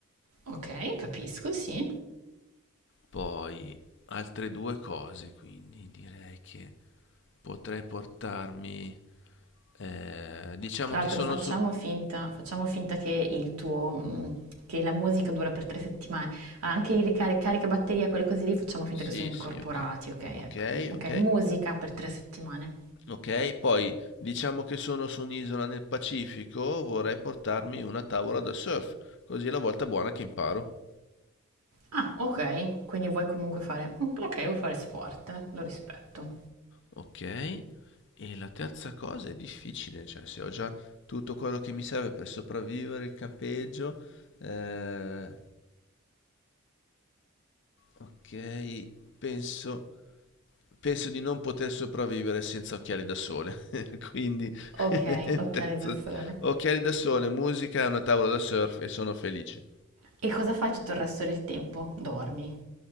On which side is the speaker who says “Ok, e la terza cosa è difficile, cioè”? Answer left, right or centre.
Left